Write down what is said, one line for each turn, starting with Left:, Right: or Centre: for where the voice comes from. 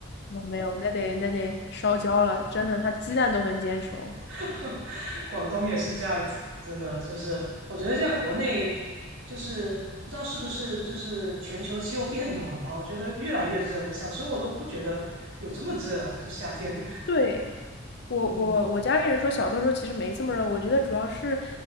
Left: 那没有，那得那得烧焦了，真的，它鸡蛋都能煎熟。
Right: <laughs> 广东也是这样子，真的就是我觉得现在国内就是不知道是不是就是全球气候变暖吧，我觉得越来越热了。小时候我都不觉得有这么热啊，就夏天。
Left: 对，我我我家里人说小的时候其实没这么热，
Right: 嗯
Left: 我觉得主要是，